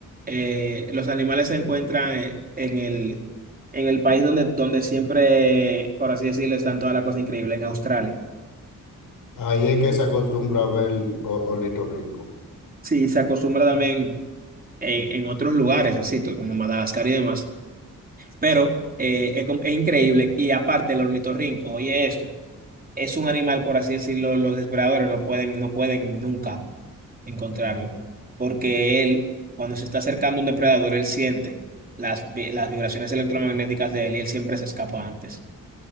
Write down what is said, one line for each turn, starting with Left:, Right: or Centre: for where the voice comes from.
Right: Eh, los animales se encuentran eh, en el, en el país donde, donde siempre, por así decirlo, están todas las cosas increíbles, en Australia.
Left: Ahí es que se acostumbra a ver el o- ornitorrinco.
Right: Sí, se acostumbra también eh, en otros lugares, así to- como Madagascar y demás, pero eh, es, com- es increíble. Y aparte, el ornitorrinco, oye esto. es un animal, por así decirlo, los depredadores no pueden, no pueden nunca encontrarlo, porque él, cuando se está acercando a un depredador, él siente las, vi- las vibraciones electromagnéticas de él y él siempre se escapa antes,